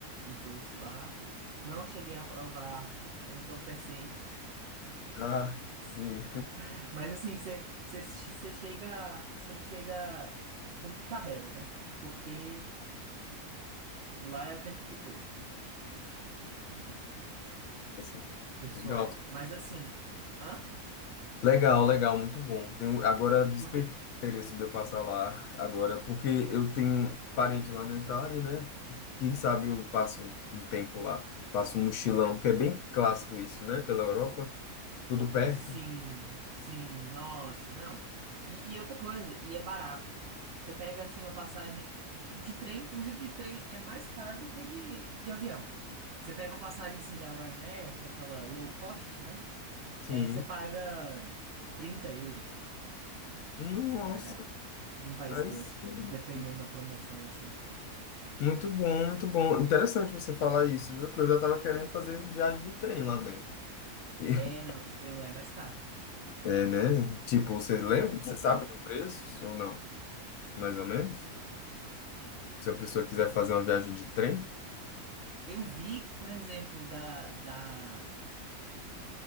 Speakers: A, on the right; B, on the left.
A: uns doces lá. Não cheguei a provar o entorpecente.
B: Ah, sim.
A: <laughs> Mas, assim, você chega, você chega por tabela, né? Porque lá é o tempo todo, né?
B: Nossa,
A: O pessoal.
B: legal.
A: Mas, assim, hã?
B: Legal, legal, muito bom. Tenho, agora despertou
A: Porque
B: o interesse de eu passar lá agora, porque eu tenho parente lá na Itália, né? Quem sabe eu passo um um tempo lá, faço um mochilão, que é bem clássico isso, né? Pela Europa, tudo perto.
A: Sim, sim, nossa, não. E, e outra coisa, e é barato. Você pega assim uma passagem de, de trem, inclusive de trem é mais caro do que de, de avião. Você pega uma passagem assim da Ryanair, que é aquela low cost, né?
B: Sim.
A: É, você paga 30 euros
B: Nossa,
A: pra você viajar de um país
B: aí
A: pro
B: sim.
A: outro, dependendo da promoção, assim.
B: Muito bom, muito bom. Interessante você falar isso, viu? Porque eu já tava querendo fazer viagem de trem lá dentro. <laughs>
A: É, não, de trem lá é mais caro.
B: É, né? Tipo, você lembra?
A: De trem
B: Você
A: lá. é.
B: sabe do preço ou não? Mais ou menos? Se a pessoa quiser fazer uma viagem de trem.
A: Eu vi que, por exemplo, da, da